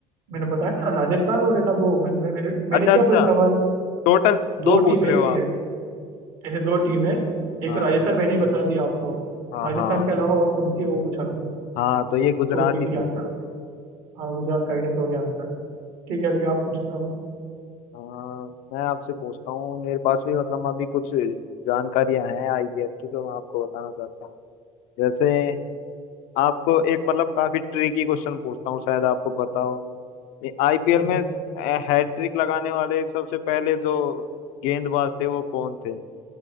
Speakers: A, on the right; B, on the left.
A: मैंने बताया ना राजस्थान और है ना वो मैं, मैं, मैंने मैंने
B: अच्छा
A: क्या
B: अच्छा
A: पूछा सवाल
B: टोटल
A: दो
B: दो पूछ
A: टीम
B: रहे
A: ऐसी
B: हो आप
A: है ऐसे दो टीम है
B: हाँ
A: एक तो राजस्थान मैंने ही बता दिया आपको
B: हाँ
A: राजस्थान
B: हाँ
A: के अलावा और कौन सी है, वो पूछा मैंने
B: हाँ तो ये गुजराती
A: तो जीटी
B: थी
A: आंसर हो गया हाँ गुजरात टाइटंस हो गया आंसर ठीक है अभी आप पूछो सवाल
B: आ, मैं आपसे पूछता हूँ मेरे पास भी मतलब अभी कुछ जानकारियां हैं आईपीएल की तो मैं आपको बताना चाहता हूँ जैसे आपको एक मतलब काफी ट्रिकी क्वेश्चन पूछता हूँ शायद आपको पता हो आईपीएल
A: ठीक
B: में
A: है
B: हैट्रिक लगाने वाले सबसे पहले जो गेंदबाज थे वो कौन थे